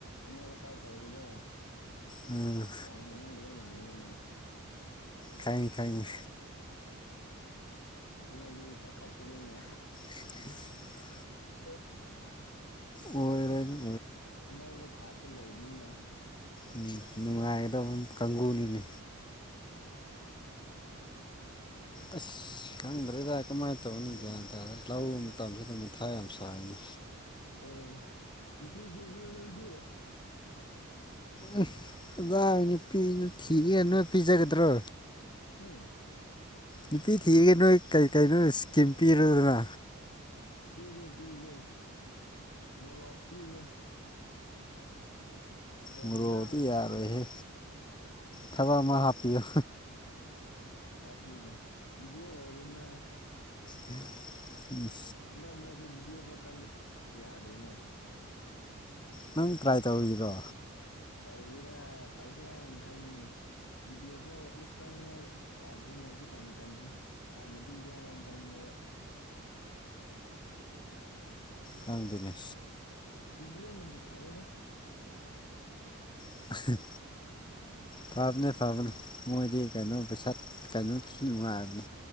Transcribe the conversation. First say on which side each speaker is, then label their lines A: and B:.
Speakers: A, on the left (about 65°); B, on the left (about 20°).
A: ꯑꯃꯣꯠ-ꯑꯀꯥꯏ ꯇꯧꯕꯗꯣ
B: INAUDIBLE
A: ꯌꯥꯝ ꯍꯩꯅꯗꯕ ꯥꯜꯂꯦꯅꯦ ꯃꯣꯏꯁꯦ
B: ꯈꯪꯉꯤ ꯈꯪꯉꯤ
A: ꯃꯤꯗꯤ ꯆꯥꯎꯈꯠꯄꯅꯤꯅ
B: INAUDIBLE
A: INAUDIBLE
B: ꯑꯣꯏꯔꯣꯢꯅꯦ
A: ꯑꯅꯧꯕ ꯊꯥꯛꯇ ꯂꯩꯕꯅꯤꯅ
B: ꯎꯪ ꯅꯨꯡꯉꯥꯏꯒꯗꯧꯕ ꯀꯥꯡꯕꯨꯨꯅꯤꯅꯦ ꯑꯥꯁ ꯈꯪꯗ꯭ꯔꯦꯗ ꯀꯃꯥꯏꯅ ꯇꯧꯅꯤ
A: ꯈꯪꯗꯦꯅꯦ
B: ꯒ꯭ꯌꯥꯟ ꯇꯥꯗ꯭ꯔꯦ ꯂꯧ ꯃꯇꯝꯖꯤꯗ ꯃꯊꯥ ꯌꯥꯝ ꯁꯥꯢꯅꯦ
A: ꯑꯥ ꯅꯨꯄꯤ ꯊꯤꯔꯨꯅꯨ ꯅꯪꯗꯤ
B: ꯎꯪꯈ ꯀꯗꯥꯢꯗꯒꯤ ꯅꯨꯄꯤꯗꯨ ꯊꯤꯒꯦ ꯅꯣꯏ ꯄꯤꯖꯒꯗ꯭ꯔꯣ
A: ꯍꯨꯡ
B: ꯅꯨꯄꯤ ꯊꯤꯔꯒꯦ ꯅꯣꯏ ꯀꯔꯤ ꯀꯩꯅꯣ ꯏꯁꯀꯤꯝ ꯄꯤꯔꯒꯦꯔ
A: ꯄꯤꯒꯦ ꯄꯤꯒꯦ ꯃꯣꯔꯣꯛ ꯄꯤꯒꯦ ꯃꯣꯔꯣꯛ
B: ꯃꯣꯔꯣꯛꯑꯗꯤ
A: ꯍꯦꯟꯖꯥꯡ ꯉꯥꯛꯇ
B: ꯌꯥꯔꯣꯏꯍꯦ
A: ꯄꯤꯒꯦ
B: ꯊꯕꯛ ꯑꯃ ꯍꯥꯞꯄꯤꯌꯨ
A: ꯍꯥꯞꯄꯤꯒꯦ ꯕꯤꯗꯤꯑꯦꯐ ꯑꯣꯢꯔꯣꯗꯅ
B: INAUDIBLE
A: ꯍꯟꯗꯛ-ꯃꯔꯛꯁꯤ ꯕꯤ ꯗꯤ ꯑꯦꯐ ꯆꯪꯕ ꯌꯥꯗ꯭ꯔꯦꯅꯦ
B: ꯅꯪ ꯇ꯭ꯔꯥꯏ ꯇꯧꯔꯤꯔꯣ
A: ꯇꯧꯒꯦꯔ ꯇꯧꯖꯤꯔ ꯈꯜꯃꯤꯅꯤ ꯕꯤ ꯗꯤ ꯑꯦꯐ ꯐꯥꯎ ꯑꯥꯁ ꯆꯪꯅꯤꯉꯥꯏ ꯌꯥꯗ꯭ꯔꯦꯅꯦ ꯍꯧꯖꯤꯛꯀꯥꯟ ꯃꯇꯝꯖꯦ ꯍꯥꯟꯅꯗꯤ ꯏꯂꯥꯏ ꯂꯥꯢꯅ ꯆꯪꯕꯅꯦꯕ
B: UNINTELLIGIBLE
A: ꯕꯤꯗꯤ ꯑꯦꯐꯅꯕꯨ ꯐꯔꯦꯗ
B: INAUDIBLE
A: INAUDIBLE
B: ꯐꯕꯅꯦ ꯐꯕꯅꯦ ꯃꯣꯏꯗꯤ ꯀꯩꯅꯣ ꯄꯩꯁꯥ ꯀꯩꯅꯣꯗꯨꯁꯨ ꯅꯨꯡꯉꯥꯏꯕꯅꯤ